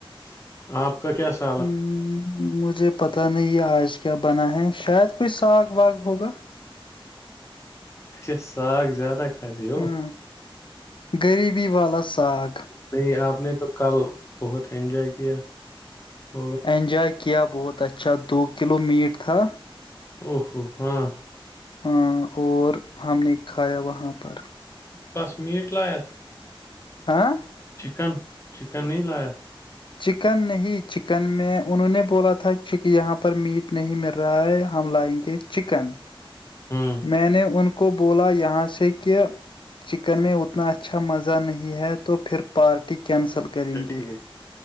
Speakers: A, on the left; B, on the left.
A: <unintelligible> آپ کا کیا س
B: ہ مجھے پتہ نہیں آج کیا بنا ہے شاید کوئی ساگ واگ ہوگا
A: اچھا ساگ زیادہ کھات ہوو
B: ہاں غریبی والا ساگ
A: نہیں آپ نے تو کل بہت انجوائے کیا ہوگا
B: اینجاائے کیا بہت اچھا دو کلو میٹ تھا
A: او ہوو ہاں <inaudible>
B: ہ اور ہم نے کھایا وہاں پر
A: بس میٹ لاائت
B: ہاں <inaudible>
A: چکن چکن نہیں لایا
B: چکن نہیں چکن میں انہوں نے بولا تھا یہاں پر میٹ نہیں مل رہا ہے ہم لائیں گے چکن
A: ہوں
B: میں نے ان کو بولا یہاں سے کہ چکن میں اتنا اچھا مزہ نہیں ہے تو پھر پارٹی کینسل کریں
A: اچھا ٹھیک۔
B: گے